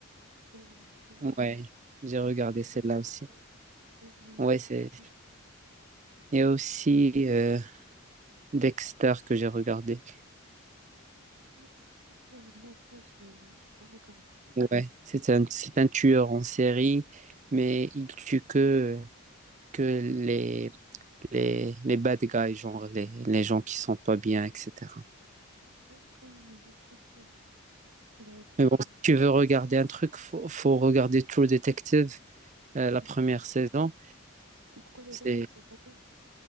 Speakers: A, on the right; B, on the right.
A: Ouais, tu-
B: Ouais, j'ai
A: Il
B: regardé
A: est trop,
B: celle-là
A: trop bien.
B: aussi.
A: Oh, mon
B: Ouais,
A: Dieu.
B: c'est. Il y a aussi euh, Dexter que j'ai regardé.
A: Dexter, euh, non, ça, j'ai j'ai pas regardé.
B: Ouais, c'est un, c'est un tueur en série, mais il tue que, que les, les, les bad guys, genre les, les gens qui sont pas bien, etc.
A: D'accord, ok, ok. Bah écoute,
B: Mais bon, si tu veux regarder un truc, faut, faut regarder True Detective, euh, la
A: mhm.
B: première saison.
A: pourquoi les
B: C'est...
A: autres, elles sont pas bien?